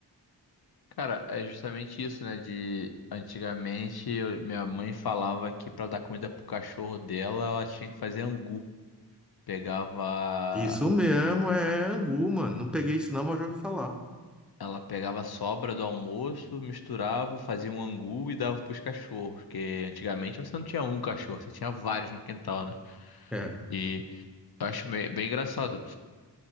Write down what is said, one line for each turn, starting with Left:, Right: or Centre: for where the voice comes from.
Left: Cara, é justamente isso, né? De antigamente eu- minha mãe falava que pra dar comida pro cachorro dela, ela tinha que fazer angu. Pegava.
Centre: Isso mesmo, é angu, mano. Não peguei isso não, mas já ouvi falar.
Left: Ela pegava a sobra do almoço, misturava, fazia um angu e dava pros cachorros. Porque antigamente você não tinha um cachorro, você tinha vários no quintal, né?
Centre: É,
Left: E eu acho meio- bem engraçado.